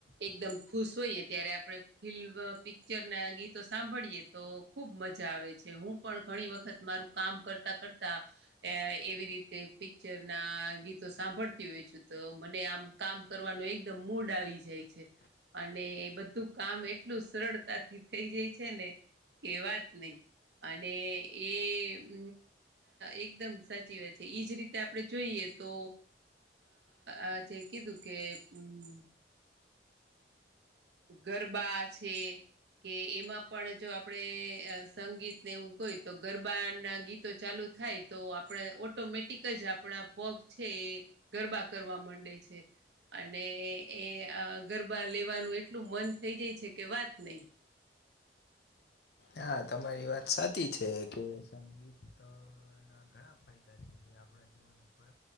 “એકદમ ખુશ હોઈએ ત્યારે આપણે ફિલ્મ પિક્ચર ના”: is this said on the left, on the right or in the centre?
Right